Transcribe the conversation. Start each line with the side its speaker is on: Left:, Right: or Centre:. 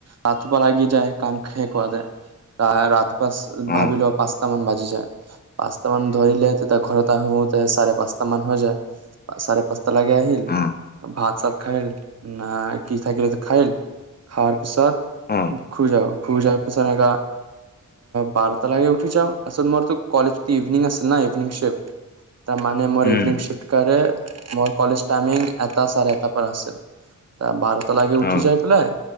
Right: ৰাতিপুৱা লাগি যায় কাম শেষ খোৱা যায় <unintelligible> ভাবি
Left: অ',
Right: লোৱা পচঁটা মান বাজি পাচঁ মান ধৰিলে তেতিয়া ঘৰত আহোতে চাৰে পাঁচটা মান হৈ যায় চাৰে পাঁচ ত লাগে আহিল
Left: অ',
Right: হাত চ খল ন কি থাক খায়ল খাৰ পিছত
Left: অ',
Right: <unintelligible> খাই যাও খজা পিছ ন এ বাৰ তা লাগে উঠি যওঁ আচত মোৰ ত কলেজত ইভনং আছিল ন ইভনং শিফ্ট ত মানে মোৰ
Left: উম,
Right: ইভিনং চিফ্ট কৰে মোৰ কলেজ তাইমিইং এটা চাৰে এটা পৰা আছিল বাৰ ত লাগি
Left: অ',
Right: উঠি যাই পেলাই